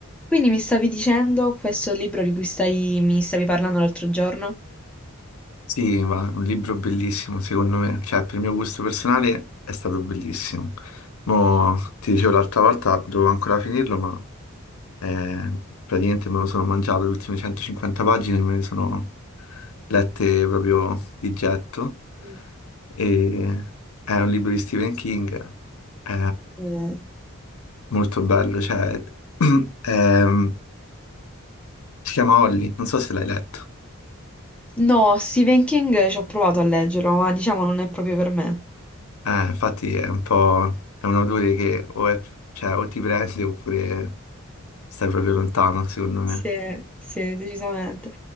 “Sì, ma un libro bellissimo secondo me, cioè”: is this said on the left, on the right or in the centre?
Left